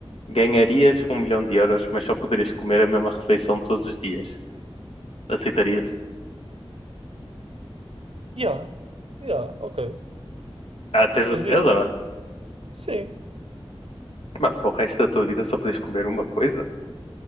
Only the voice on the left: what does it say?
ganharias um milhão de euros, mas só poderias comer a mesma refeição todos os dias. Aceitarias?
Ah, tens
a certeza, mano?
Mano, para o resto da tua vida só podes comer uma coisa?